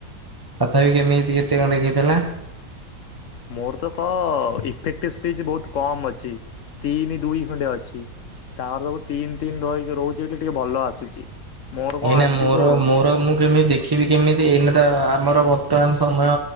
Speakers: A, on the right; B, on the left.
A: ତଥାପି କେମିତି କେତେ କଣ ଦେଖେଇଥିଲା?
B: ମୋର ତ ଖ ଇଫେକ୍ଟିଭ ସ୍ପିଚ୍ ବୋହୁତ କମ୍ ଅଛି। ତିନି ଦୁଇ ଖଣ୍ଡେ ଅଛି। ତାର ସବୁ ତିନି ତିନି ରହିକି ରହୁଛି ବୋଲି ଟିକେ ଭଲ ଆସୁଛି। ମୋର କଣ
A: ଏଇନା
B: ଆସିବ
A: ମୋର
B: ଆଉ
A: ମୋର ମୁଁ କେମିତି ଦେଖିବି। କେମିତି ଏଇନା ତ ଆମର ବର୍ତ୍ତମାନ ସମୟ